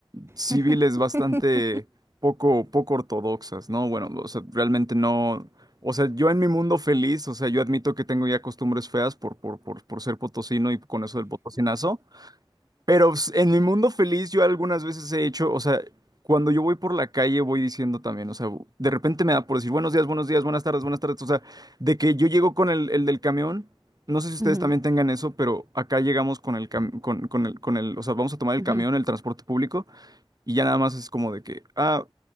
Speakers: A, on the right (about 45°); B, on the right (about 25°).
A: civiles
B: <laughs>
A: bastante poco, poco ortodoxas, ¿no? Bueno, o sea, realmente no. O sea, yo en mi mundo feliz, o sea, yo admito que tengo ya costumbres feas por, por, por, por ser potosino y con eso del potosinazo, pero pues, en mi mundo feliz yo algunas veces he hecho, o sea, cuando yo voy por la calle voy diciendo también, o sea, bu- de repente me da por decir buenos días, buenos días, buenas tardes, buenas tardes, o sea, de que yo llego con el, el del camión, no sé si ustedes
B: Ujú,
A: también tengan eso, pero acá llegamos con el, cam- con, con el, con el, o sea, vamos a tomar el
B: ujú,
A: camión, el transporte público. Y ya nada más es como de que, ah,